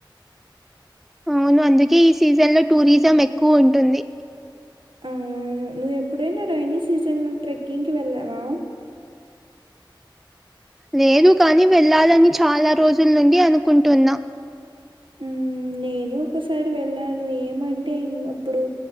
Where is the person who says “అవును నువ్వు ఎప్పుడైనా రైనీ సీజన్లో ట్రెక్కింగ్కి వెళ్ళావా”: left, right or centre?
Right